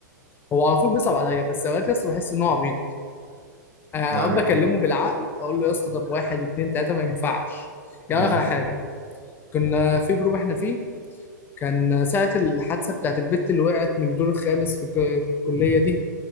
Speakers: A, on the left; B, on the right.
A: هو على طول بيصعب عليا بس اوقات يا اسطى بحس ان هو عبيط اقعد
B: يعني ايه
A: اكلمه بالعقل اقول له يا اسطى طب واحد اتنين تلاته ما ينفعش يعني
B: أيوة.
A: اخر حاجه كنا في جروب احنا فيه كان ساعه الحادثه بتاعت البت اللي وقعت من الدور الخامس في, ك... في الكليه دي